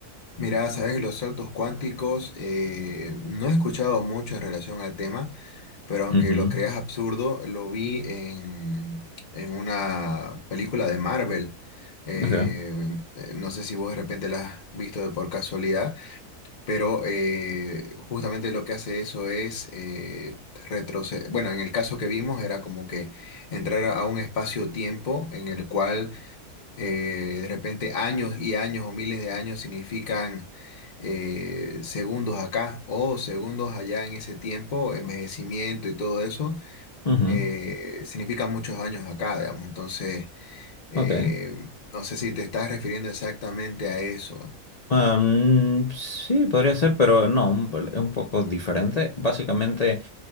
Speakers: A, on the left (about 35°); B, on the left (about 80°).
A: Mira, sabes, los saltos cuánticos, eh, no he escuchado mucho en relación al tema, pero aunque
B: Ujú.
A: lo creas absurdo, lo vi en, en una película de Marvel. Eh,
B: Ok.
A: eh, no sé si vos de repente la has visto de por casualidad, pero eh, justamente lo que hace eso es eh, retroceder. Bueno, en el caso que vimos era como que entrar a un espacio-tiempo en el cual eh, de repente años y años o miles de años significan eh, segundos acá o segundos allá en ese tiempo, envejecimiento y todo eso,
B: Ujú.
A: eh, significan muchos años acá, digamos. Entonces, eh,
B: Ok.
A: no sé si te estás refiriendo exactamente a eso.
B: Am, sí, podría ser, pero no, un- es un poco diferente. Básicamente,